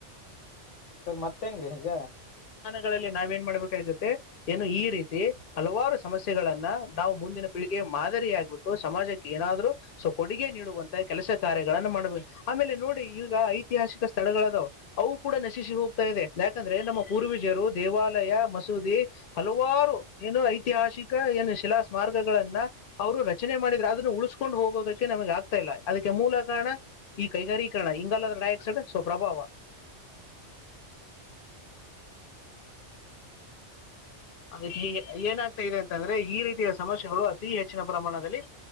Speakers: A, on the left; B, on the left.
A: ಸರ್ ಮತ್ತ ಹೆಂಗ್ರೀ ಈಗ
B: ಗಳಲ್ಲಿ ನಾವ ಏನ್ ಮಾಡ್ಬೇಕಾಗಿರುತ್ತೆ ಏನು ಈ ರೀತಿ ಹಲವಾರು ಸಮಸ್ಯೆಗಳನ್ನ ನಾವು ಮುಂದಿನ ಪೀಳಿಗೆ ಮಾದರಿ ಆಗ್ಬಿಟ್ಟು ಸಮಾಜಕ್ಕೆ ಏನಾದ್ರು ಸೊ ಕೊಡುಗೆ ನೀಡುವಂತ ಕೆಲಸ ಕಾರ್ಯಗಳಗಳನ್ನು ಮಾಡ್ಬೇಕ ಆಮೇಲೆ ನೋಡಿ ಈಗ ಐ ಐತಿಹಾಸಿಕ ಸ್ಥಳಗಳದವು ಅವು ಕೂಡ ನಶಿಸಿ ಹೋಗ್ತಾ ಇದೆ ಯಾಕಂದ್ರೆ ನಮ್ಮ ಪೂರ್ವೀಜರು ದೇವಾಲಯ ಮಸೂದಿ ಹಲವಾರು ಏನು ಐತಿಹಾಸಿಕ ಏನು ಶಿಲಾ ಸ್ಮಾರ್ಗಗಳನ್ನ ಅವರು ರಚನೆ ಮಾಡಿದ್ರ ಆದ ಉಳಿಸಕೊಂಡು ಹೋಗೋದಕ್ಕೆ ನಮಗೆ ಆಗ್ತಾ ಇಲ್ಲ ಅದಕ್ಕೆ ಮೂಲ ಕಾರಣ ಈ ಕೈಗಾರೀಕರಣ ಹಂಗಲ್ಲದ್ರ ಡೈಆಕ್ಸೈಡ್ ಸ್ ಪ್ರಭಾವ ಅದ ಏನಾಗ್ತಾ ಇದೆ ಅಂತಂದ್ರೆ ಈ ರೀತಿಯ ಸಮಸ್ಯೆಗಳು ಅತಿ ಹೆಚ್ಚಿನ ಪ್ರಮಾಣದಲ್ಲಿ